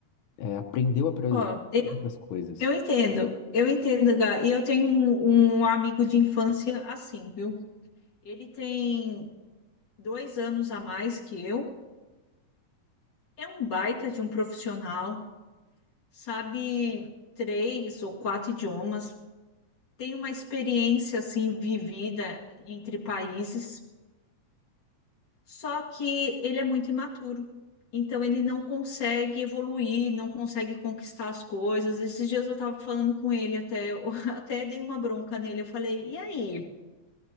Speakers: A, on the left (about 80°); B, on the left (about 40°).
A: é, aprendeu a priorizar
B: Ó,
A: outras coisas.
B: Eu entendo, eu entendo, Gá. E eu tenho um, um amigo de infância assim, viu? Ele tem dois anos a mais que eu, é um baita de um profissional, sabe três ou quatro idiomas, tem uma experiência assim vivida entre países, só que ele é muito imaturo. Então ele não consegue evoluir, não consegue conquistar as coisas. Esses dias eu estava falando com ele até, eu <laughs> até dei uma bronca nele. Eu falei, e aí?